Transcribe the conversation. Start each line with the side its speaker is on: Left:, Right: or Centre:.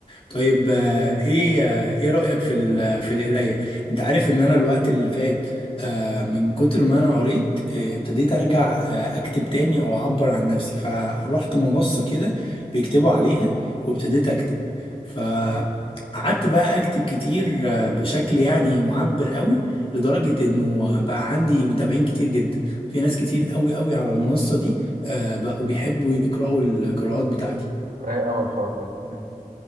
Left: طيب آه، ايه آه، ايه رأيك في ال- في القراية انت عارف ان انا الوقت اللي فات آه، من كتر ما انا قريت آه، ابتديت ارجع آه، اكتب تاني او اعبر عن نفسي فروحت منصة كده بيكتبوا عليها وابتديت اكتب فقعدت بقى اكتب كتير آه، بشكل يعني معبر قوي لدرجة انه آه، بقى عندي متابعين كتير جدا في ناس كتير قوي قوي على المنصة دي آه، بقوا بيحبوا يقرأوا القراءات بتاعتي
Right: رايق قوي الحوار ده <laughs>